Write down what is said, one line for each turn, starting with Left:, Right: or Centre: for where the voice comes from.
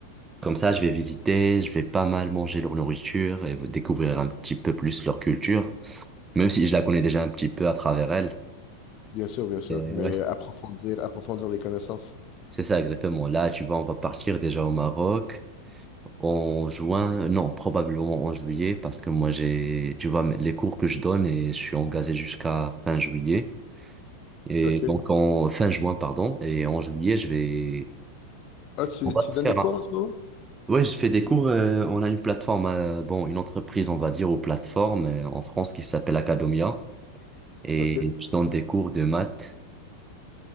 Right: Comme ça, je vais visiter, je vais pas mal manger leur nourriture et découvrir un petit peu plus leur culture, même si je la connais déjà un petit peu à travers elle.
Left: Bien sûr, bien sûr,
Right: Et
Left: mais
Right: ouais.
Left: approfondir, approfondir les connaissances.
Right: C'est ça, exactement. Là, tu vois, on va partir déjà au Maroc en juin, non, probablement en juillet, parce que moi, j'ai, tu vois, les cours que je donne et je suis engagé jusqu'à fin juillet. Et
Left: OK.
Right: donc, en fin juin, pardon, et en juillet, je vais,
Left: Ah, tu,
Right: on va
Left: tu
Right: se
Left: donnes
Right: faire
Left: des cours
Right: un-
Left: en ce moment?
Right: Ouais, je fais des cours. euh, on a une plateforme, euh, bon, une entreprise, on va dire, aux plateformes euh, en France qui s'appelle Academia Et
Left: OK.
Right: je donne des cours de maths.